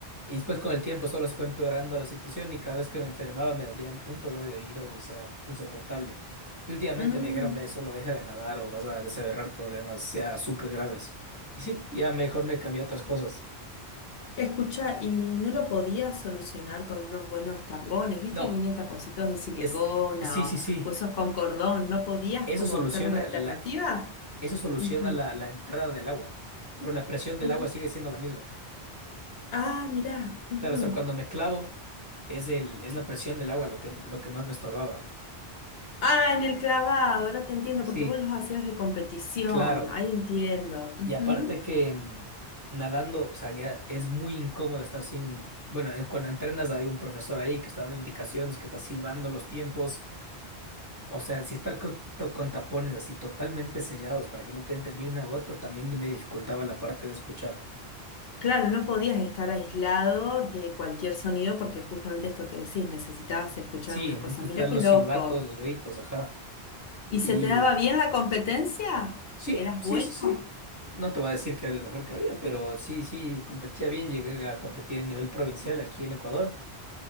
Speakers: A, on the right; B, on the left.
A: Y después con el tiempo solo se fue empeorando la situación y cada vez que me enfermaba me dolían un dolor de oído, o sea, insoportable. Y últimamente
B: Mm,
A: me dijeron, ve, solo deja de nadar o vas a desaverrar problemas, sea súper graves. Y sí, ya mejor me cambié a otras cosas.
B: escucha, y no lo podías solucionar con unos buenos tapones, viste
A: No,
B: que vienen taponcitos de silicona
A: es, sí, sí,
B: o,
A: sí.
B: o esos con cordón, ¿no podías
A: Eso
B: como
A: soluciona
B: buscar una alternativa?
A: la, eso soluciona
B: Ujú,
A: la, la entrada del agua, pero la presión del
B: ujú.
A: agua sigue siendo la misma.
B: Ah, mirá. ujú.
A: Claro, o sea, cuando me clavo, es el, es la presión del agua lo que, lo que más me estorbaba.
B: Ah, en el clavado, ahora te entiendo,
A: Sí,
B: porque vos los hacías de competición,
A: claro.
B: ahí entiendo. ujú.
A: Y aparte que mm, nadando, o sea, ya es muy incómodo estar sin. Bueno, eh, cuando entrenas hay un profesor ahí que está dando indicaciones, que está silbando los tiempos. O sea, si estar co- to- con, tapones así totalmente sellados para que no te entre ni una gota, también me dificultaba la parte de escuchar.
B: Claro, no podías estar aislado de cualquier sonido porque justamente esto que decís, necesitabas escuchar
A: Sí,
B: algunas
A: necesitas
B: cosas.
A: estar
B: Mira qué
A: los
B: loco.
A: silbatos, los gritos, ajá.
B: ¿Y
A: y
B: se te daba bien la competencia?
A: Sí,
B: ¿Eras
A: sí,
B: bueno?
A: sí, sí. No te voy a decir que era el mejor que había, pero sí, sí, competía bien. Llegué a competir en nivel provincial aquí en Ecuador.